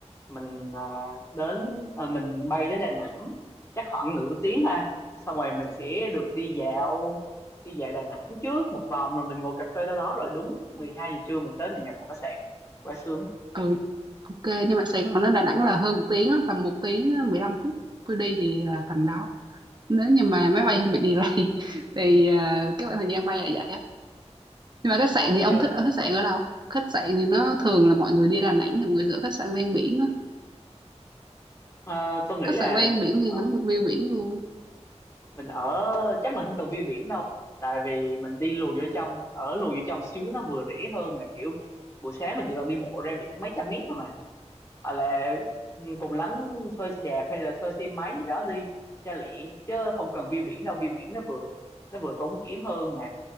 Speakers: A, on the left (about 25°); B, on the right (about 40°).
A: mình ờ, đến ờ, mình bay đến Đà Nẵng chắc khoảng nửa tiếng ha xong rồi mình sẽ được đi dạo đi dạo Đà Nẵng trước một vòng rồi mình ngồi cà phê đâu đó rồi đúng 12 giờ trưa mình tới mình nhận phòng khách sạn quá sướng
B: ừ ok nhưng mà Sài Gòn đến Đà Nẵng là hơn một tiếng á, tầm một tiếng ờ, mười lăm phút tôi đi thì là tầm đó nếu như mà máy bay không bị delay <laughs> thì à, cái khoảng thời gian bay là vậy á nhưng mà khách sạn
A: ok
B: thì ông thích ở khách sạn ở đâu khách sạn thì nó thường là mọi người đi Đà Nẵng thì mọi người sẽ khách sạn ven biển á
A: Ờ, tôi nghĩ
B: khách
A: là
B: sạn ven
A: mình
B: biển thì
A: ở
B: nắm được view biển luôn
A: mình ở chắc mình không cần view biển đâu tại vì mình đi lùi vô trong ở lùi vô trong xíu nó vừa rẻ hơn mà kiểu buổi sáng mình chỉ cần đi bộ ra biển mấy trăm mét thôi mà hoặc là ừ, cùng lắm thuê xe đạp hay là thuê xe máy gì đó đi cho lẹ chứ không cần view biển đâu view biển nó vừa nó vừa tốn kém hơn mà